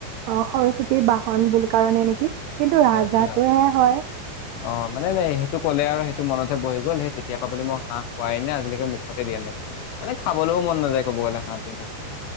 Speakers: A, on the right; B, on the left.
A: অ' সৰস্বতীৰ বাহন বুলি কাৰণে নেকি। কিন্তু ৰাজহাঁহটো
B: হয় হবলা
A: হে হয়।
B: অ, মানে সেইটো ক'লে আৰু সেইটো মনতে বহি গ'ল, সেই তেতিয়া পা বুলি মই হাঁহ খোৱাই নাই, আজিলৈকে মুখতে দিয়া নাই। মানে খাবলৈও মন নাযায় কব গ'লে হাঁহটো মোৰ।